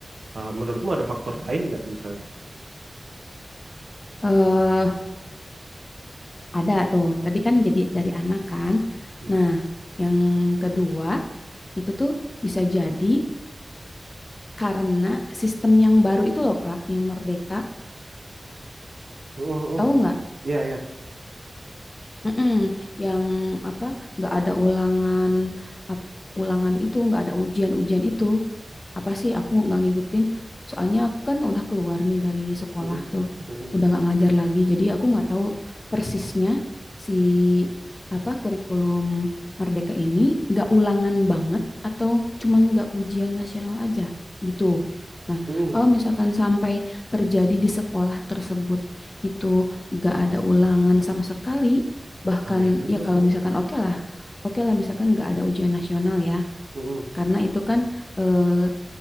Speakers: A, on the right; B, on the left.
A: Eh, menurutmu ada faktor lain nggak misalnya
B: Eh, ada tuh. Tadi kan jadi dari anak kan.
A: hmm.
B: Nah, yang kedua itu tuh bisa jadi karena sistem yang baru itu loh, Kak, yang merdeka.
A: Hmm, hmm, hmm.
B: Tahu nggak?
A: iya iya
B: Mm-mm. Yang apa nggak ada ulangan ap- ulangan itu nggak ada ujian-ujian itu apa sih aku nggak ngikutin soalnya aku kan udah keluar nih dari sekolah
A: Hmm,
B: tuh
A: hmm,
B: udah nggak ngajar lagi jadi
A: hmm,
B: aku nggak tahu persisnya si apa kurikulum Merdeka ini nggak ulangan banget atau cuman nggak ujian nasional aja gitu. Nah,
A: hmm,
B: kalau
A: hmm.
B: misalkan sampai terjadi di sekolah tersebut itu nggak ada ulangan sama sekali, bahkan
A: aneh juga
B: ya kalau
A: dong
B: misalkan oke lah oke lah misalkan nggak ada ujian nasional ya
A: Hmm, hmm.
B: karena itu kan eh,